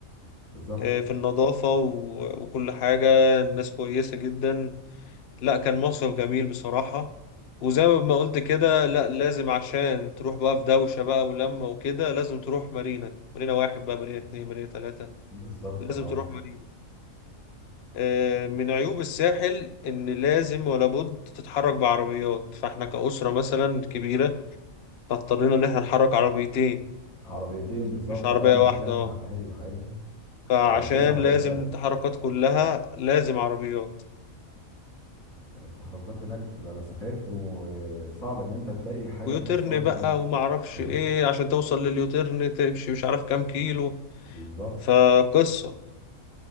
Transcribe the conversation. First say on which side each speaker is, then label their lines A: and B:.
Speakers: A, on the left; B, on the left.
A: بالظبط
B: آه، في النظافة و- وكل حاجة الناس كويسة جدا لا كان مصيف جميل بصراحة وزي ما قلت كده لا لازم عشان تروح بقى في دوشة بقى ولمة وكده لازم تروح مارينا مارينا واحد بقى مارينا اتنين مارينا تلاتة
A: بالظبط
B: لازم
A: اه
B: تروح مارينا آه، من عيوب الساحل إن لازم ولا بد تتحرك بعربيات فاحنا كأسرة مثلا كبيرة فاضطرينا إن احنا نحرك عربيتين
A: عربيتين بالظبط
B: مش عربية
A: اه مش
B: واحدة
A: هتنفع
B: اه
A: <laughs> ايوه ايوه
B: فعشان
A: هي اساس عربيات
B: لازم
A: فعلا
B: التحركات كلها لازم عربيات
A: التحركات هناك بتبقى مسافات وصعب ان انت تلاقي حاجه
B: ويوترن
A: توصلك
B: بقى
A: هناك
B: وما اعرفش
A: اه
B: ايه عشان توصل لليوترن تمشي مش عارف كام كيلو
A: بالظبط
B: فقصة